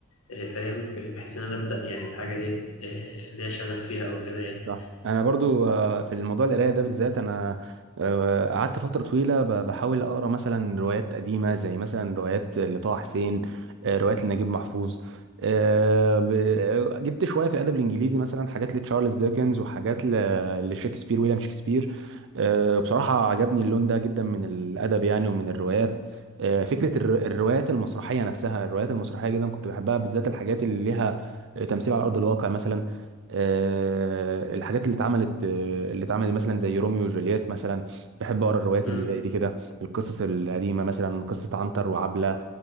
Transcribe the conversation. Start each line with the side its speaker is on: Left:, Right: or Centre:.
Left: آه، فاهم بحيث ان انا ابدا يعني بحاجه ايه إيه، آه، ليا شغف فيها او كده يعني
Right: صح انا برضو آه، في الموضوع القرايه ده بالذات انا آه، قعدت فتره طويله ب- بحاول اقرا مثلا روايات قديمه زي مثلا روايات لطه حسين آه، روايات لنجيب محفوظ آه، ب- آه، جبت شويه في الادب الانجليزي مثلا حاجات لتشارلز ديكنز وحاجات ل- لشكسبير ويليام شكسبير آه، بصراحه عجبني اللون ده جدا من الادب يعني ومن الروايات آه، فكره الر- الروايات المسرحيه نفسها الروايات المسرحيه جدا كنت بحبها بالذات الحاجات اللي ليها تمثيل على ارض الواقع مثلا آه، الحاجات اللي اتعملت آه، اللي اتعملت مثلا زي روميو وجولييت مثلا بحب اقرا الروايات
Left: امم
Right: اللي زي دي كده القصص القديمه مثلا قصه عنتر وعبله